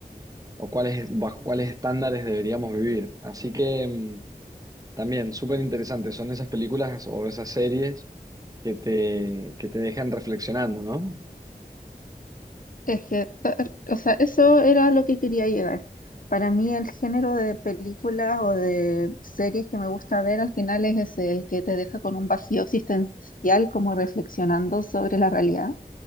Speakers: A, on the right; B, on the left.
A: o cuáles, bajo cuáles estándares deberíamos vivir. Así que... em, también, súper interesante. Son esas películas o esas series que te, que te dejan reflexionando, ¿no?
B: Es que, ta- er, o sea, eso era lo que quería llegar. Para mí el género de películas o de series que me gusta ver al final es ese, el que te deja con un vacío existencial, como reflexionando sobre la realidad.